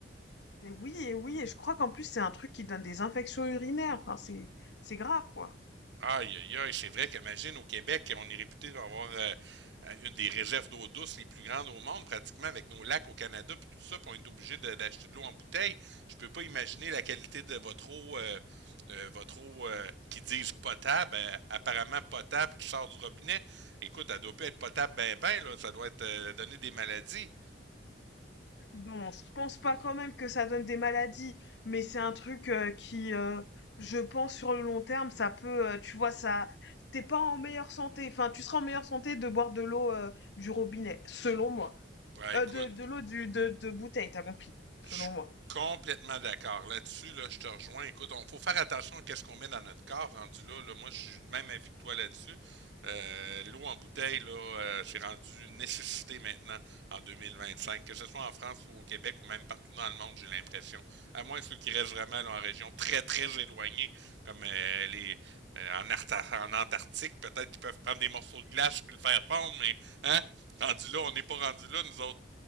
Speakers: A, on the left (about 65°); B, on the right (about 70°).
A: Mais oui et oui et je crois qu'en plus c'est un truc qui donne des infections urinaires enfin c'est c'est grave quoi.
B: Aïe, aïe, aïe, c'est vrai qu'imagine, au Québec, on est réputé avoir euh, une des réserves d'eau douce les plus grandes au monde, pratiquement avec nos lacs au Canada, puis tout ça, puis on est obligé de- d'acheter de l'eau en bouteille. Je peux pas imaginer la qualité de votre eau, euh, euh, votre eau euh, qui disent potable, euh, apparemment potable, qui sort du robinet. Écoute, elle doit pas être potable ben ben, là, ça doit être euh, donner des maladies.
A: Bon, je pense pas quand même que ça donne des maladies, mais c'est un truc euh, qui, euh, je pense, sur le long terme, ça peut, euh, tu vois, ça, t'es pas en meilleure santé. Enfin, tu seras en meilleure santé de boire de l'eau euh, du robinet, selon moi.
B: Ouais,
A: Euh,
B: écoute,
A: de, de l'eau du de, de bouteille, t'as compris, selon
B: Je suis
A: moi.
B: complètement d'accord. Là-dessus, là, je te rejoins. Écoute, il faut faire attention à ce qu'on met dans notre corps rendu là. là. Moi, je suis de même avis que toi là-dessus. Euh, l'eau en bouteille, là, euh, c'est rendu une nécessité maintenant en 2025. que ce soit en France ou au Québec ou même partout dans le monde, j'ai l'impression. À moins ceux qui restent vraiment là, en région très, très éloignée, comme euh, les euh, en, Arta- en Antarctique, peut-être qu'ils peuvent prendre des morceaux de glace puis le faire fondre, mais hein, rendu là, on n'est pas rendu là, nous autres.